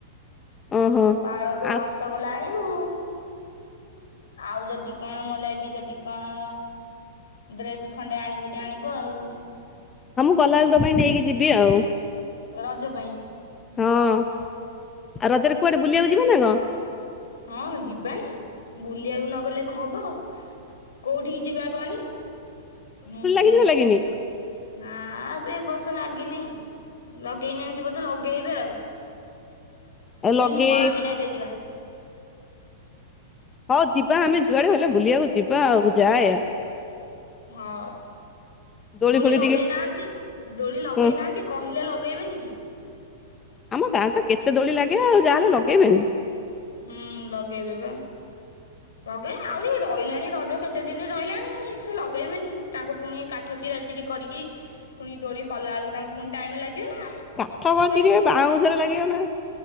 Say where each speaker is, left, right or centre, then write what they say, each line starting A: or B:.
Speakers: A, on the left (about 20°); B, on the left (about 80°).
A: ଓହୋ
B: ପାଳରୁୁ
A: ଆ
B: ରସଗୋଲା ଆଣିବୁ। ଆଉ ଯଦି କଣ ମୋ ଲାଗି ଯଦି କଣ? ଡ୍ରେସ୍ ଖଣ୍ଡେ ଆଣିବୁ ଯଦି ଆଣିବୁ ଆଉ
A: ହଁ ମୁଁ ଗଲାବେଳେ ତେ ପାଇଁ ନେଇକି ଯିବି ଆଉ
B: ରଜ ପାଇଁ।
A: ହଁ ଆଉ ରଜରେ କୁଆଡେ ବୁଲିବାକୁ ଯିବେ ନା କଣ?
B: ହଁ ଯିବାନି ବୁଲିବାକୁ ନଗଲେ କଣ ହବ? କୋଉଠିିକି ଯିବା କହନି ହୁଁ?
A: କିଛି ଭ ଲାଗି ନି।
B: ନା ବେ ଏ ବର୍ସ ଲାଗିନିଁ। ଲଗେଇନାହାନ୍ତି ବୋଧେ ଲଗେଇବେ ଆଉ
A: ଆଉ
B: ବୁଝିଲୁ
A: ଲଗେଇ
B: ମହାବିନାୟକ ଯିବା।
A: ହଉ ଯିବା ଆମେ ଯୁଆଡେ ହେଲେ ବୁଲିବାକୁ ଯିବା ଆଉ ଯାଏ ଆଉ
B: ହଁ
A: ଦୋଳି
B: ଦେଳି
A: ଫୋଳି
B: ଲଗେଇନାହାନ୍ତି
A: ଟିକେ
B: ଦେଳି ଲଗେଇନାହାନ୍ତି।
A: ହଁ
B: କହିଲେ ଲଗେଇବେନି କି?
A: ଆମ ଗାଁ ତ କେତେ ଦୋଳି ଲାଗେ ଯାହା ହେଲେ ଲଗେଇବେନି।
B: ହୁଁ ଲଗେଇବେ ପା। ଲଗେଇଵେନି ଆହୁରି ରହିଲାଣି ରଜ କେତେ ଦିନି ରହିଲାଣି ସେ ଲଗେଇବେନି ତାଙ୍କୁ ପୁଣି କା ଚିରାଚିରି କରିକି ପୁଣି ଦୋଳି କଲାବେଳକୁ ତାଙ୍କୁ ପୁଣି ଟାଇମ ଲାଗିବ ନା
A: କଠକଣଚିରିବେ
B: ସେମିତି
A: ବାଉଁଶ ଷରେ ଲାଗିବ ନା?